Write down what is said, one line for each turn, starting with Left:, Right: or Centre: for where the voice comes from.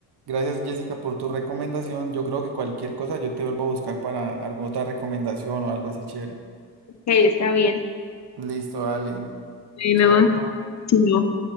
Right: gracias Jessica por tu recomendación. Yo creo que cualquier cosa yo te vuelvo a buscar para alguna otra recomendación o algo así chévere.
Left: Ok, está bien.
Right: Listo, dale.
Left: Bueno,
Right: Chao.
Left: sí, no.